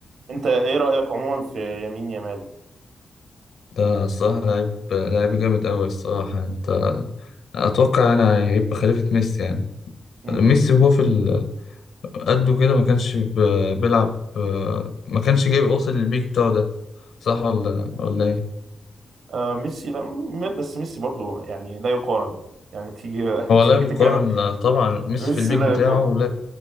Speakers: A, on the right (about 80°); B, on the left (about 75°).
A: انت ايه رأيك عموما في يمين يامال
B: ده الصراحة لعيب لعيب جامد أوي الصراحة أنت أتوقع يعني هيبقى خليفة ميسي يعني
A: آه،
B: ميسي وهو في ال- قده كده ما كانش ب- بيلعب ما كانش جايب واصل للبيك بتاعه ده صح ولا ولا إيه؟
A: آه ميسي لا م- بس ميسي برضو يعني لا يقارن يعني تيجي <laughs>
B: هو لا
A: تيجي تتكلم
B: يقارن طبعا ميسي
A: ميسي
B: في البيك
A: لا
B: بتاعه
A: يقارن
B: لا